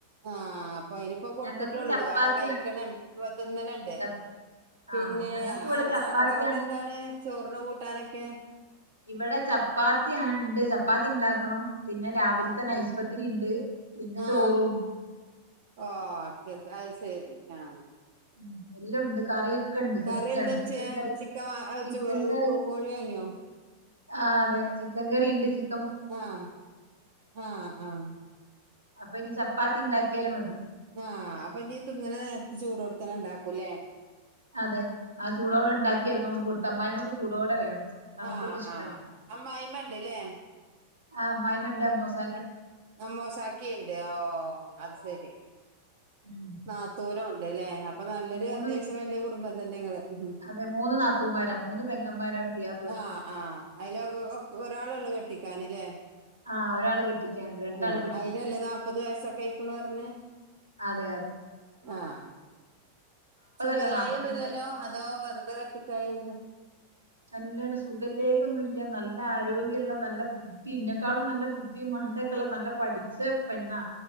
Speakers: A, on the right; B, on the right.
A: ആ കൊയിനിപ്പം കൊടുത്തിട്ടള്ളൂ
B: ഞങ്ങക്കും ചപ്പാത്തിയാണ്
A: അട കഴിക്കണയിണ്ട് തിന്നണണ്ട്
B: ച
A: പിന്നെ
B: ആ ഞങ്ങക്ക് ഇവിടെ
A: ആ
B: ചപ്പാത്തിയാണ്
A: ആഅവിടെ എന്താണ് ചോറിന് കൂട്ടാനൊക്കെ
B: ഇവിടെ ചപ്പാത്തി അണ്ട് ചപ്പാത്തി ഉണ്ടാക്കണം പിന്നെ രാവിലെ തന്നെ. നൈസ്പത്തരി ഇണ്ട് പിന്നെ
A: ആ
B: ചോറും ഉണ്ട്.
A: ഓക്കെ സൈസ് ശരി ആ
B: ഉ എല്ലാം ഉണ്ട് കറിയൊക്കെ ഉണ്ട്
A: കറി
B: സെറ്റാണ്
A: എന്ത് വെച്ച്
B: ചിക്കൻ കറി
A: ചിക്കൻ വാ വെച്ച്
B: ചിക്കൻ കറി
A: കോഴിയെ വാങ്ങിയോ
B: ആ അതെ ചിക്കൻ കറി ഉണ്ട് ചിക്
A: ആ ആആ
B: അപ്പം ഇനി ചപ്പാത്തി ഇണ്ടാക്കിയാല് മതി
A: ആഹ അപ്പൊ നീ തിുന്നനെ നേരത്തെ ചൂട് കൊടുക്കാന ഇണ്ടാക്കൂല്ലേ
B: അതെ ആ ചൂടോടെ ഉണ്ടാക്കി എക്ക കൊടുത്ത അ്മായിമ്മക്ക് ചൂടോടെ വേണം തണുത്തത്
A: ആഹ
B: ഇഷ്ടല്ല
A: ആഹ് അ്മ്മയി്മണ്ടല്ലേ
B: ആ അമ്മായിയമ്മ ഉണ്ട് മോസാ
A: നമ്മോശാക്കി ഉണ്ട് ഓ അത്
B: ഓ
A: ശരി
B: ഉം
A: നത്തൂനും ഉണ്ട്ല്ലേ അപ്പൊ നല്ലൊരൂ
B: മൂന്ന്
A: അത്യാവശ്യം വലിയ കൂടും കുടുംബ തന്നങ്ങള് ഉം
B: അതെ നാത്തൂന്മാരാ. പെങ്ങന്മാരാണ് പുയ്യാപ്ലക്ക്.
A: ആ ആ അതില ഒരാളെ ഉള്ളു കെട്ടി ക്കാനില്ലേ <unintelligible>
B: ആ ഒരാള് കെട്ടിക്കാണ്ട്. രണ്ടാള്
A: ആ
B: കെട്ടി.
A: അയിതിനല്ലേ നനാല്പ്പത് വയസൊക്കെ ആയിക്കണ പറഞ്ഞേ
B: അതെ അതെ.
A: ആ സുഖല്ലായി
B: അല്ല
A: ഒന്നുംല്ലല്ലോ
B: ആയി.
A: അതോ വെറ അത് കെട്ടിക്കായ എന്ത
B: നല്ലട സുഗയില്ലയ്ക ഒന്നും ഇല്ല നല്ല ആരോഗ്യമുള്ള നല്ല ബുദ്ധി ഇതിനെക്കാളും നല്ല ബുദ്ധിയും മണ്ടയുമൊക്കെയുള്ള നല്ല പഠിച്ച പെണ്ണാ